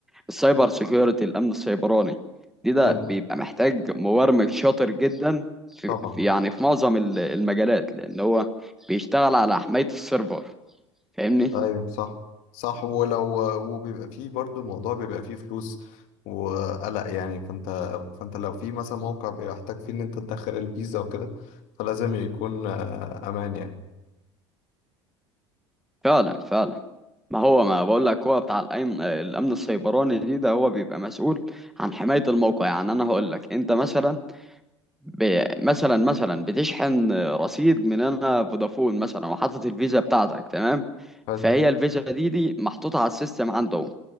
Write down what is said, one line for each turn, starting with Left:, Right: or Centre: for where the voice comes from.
Centre: السايبر سيكيورتي الامن السيبراني دي ده
Left: حلو
Centre: بيبقى محتاج مبرمج شاطر جدا في
Left: طبعا
Centre: في- يعني في معظم ال- المجالات لان هو بيشتغل على حمايه السيرفر فاهمني
Left: ايوه صح صح ولو وبيبقى فيه برضو الموضوع بيبقى فيه فلوس وقلق يعني فانت فانت لو في مثلا موقع بيحتاج فيه ان انت تدخل الفيزا وكده فلازم يكون آه، امان يعني
Centre: فعلا فعلا ما هو ما بقول لك هو بتاع الأمن الأمن السيبراني دي ده هو بيبقى مسؤول عن حماية الموقع يعني أنا هقول لك أنت مثلا ب... مثلا مثلا بتشحن رصيد من أنا فودافون مثلا وحاطط الفيزا بتاعتك تمام
Left: حلو
Centre: فهي الفيزا دي دي محطوطة على السيستم عندهم